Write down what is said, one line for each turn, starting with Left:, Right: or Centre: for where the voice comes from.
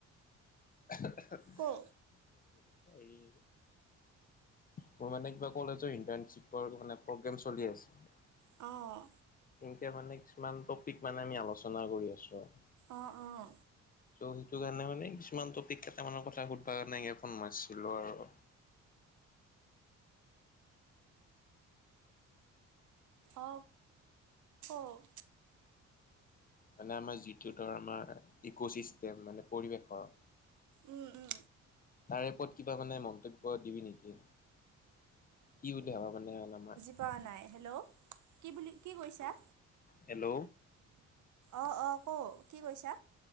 Left: <inaudible>
Right: ক
Left: মোৰ মানে কিবা কলেজৰ ইনটাৰণচিপৰ মানে প্ৰব্লেম চলি আছে।
Right: অ'।
Left: এনেকে মানে কিছুমান টপিক মানে আমি আলোচনা কৰি আছো আৰু
Right: অঁ অঁ
Left: ত' সেইটো কাৰণে মানে কিছুমান টপিক কেইটামানৰ কথা সুধবা কাৰণে ফোন মাৰছিলোঁ আৰু।
Right: অ', কওঁ।
Left: মানে আমাৰ যিটো ধৰ আমাৰ ইক' ছিষ্টেম মানে পৰিৱেশৰ
Right: উম উম
Left: তাৰে ওপৰত কিবা মানে মন্তব্য দিবি নেকি? কি বুলি ভাবা মানে মানে আমাৰ
Right: পোৱা নাই, হেল্ল'! কি বুলি, কি কৈছা?
Left: হেল্ল'!
Right: অ', অ', কওঁ কি কৈছা?